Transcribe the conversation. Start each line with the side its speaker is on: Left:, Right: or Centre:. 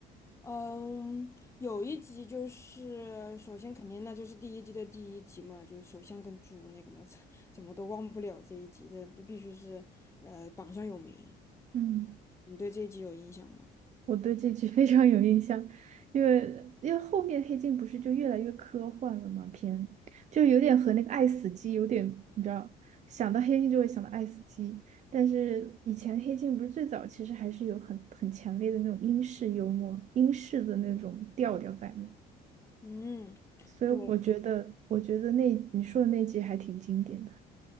Left: 嗯，有一集就是首先肯定那就是第一季的第一集嘛，就是首相跟猪那个嘛，<laughs> 怎么都忘不了这一集，这这必须是呃榜上有名。
Right: 嗯，
Left: 你对这一集有印象吗？
Right: 我对这集 <laughs> 非常有印象，因为因为后面《黑镜》不是就越来越科幻了嘛，偏就有点和那个《爱死机》有点，你知道，想到《黑镜》就会想到《爱死机》，但是以前《黑镜》不是最早其实还是有很很强烈的那种英式幽默、英式的那种调调在嘛，
Left: 嗯。
Right: 所以我觉得我觉得那你说的那集还挺经典的。
Left: 对。